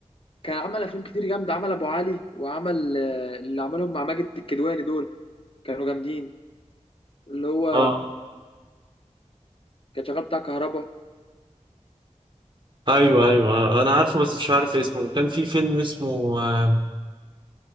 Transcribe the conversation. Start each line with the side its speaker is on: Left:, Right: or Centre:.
Left: كان عمل افلام كتير جامده عمل ابو علي وعمل آه، اللي عملهم مع ماجد الكدواني دول كانوا جامدين اللي هو
Right: اه
Left: كان شغال بتاع كهربا
Right: ايوه ايوه انا عارفه بس مش عارف اسمه كان في فيلم اسمه اه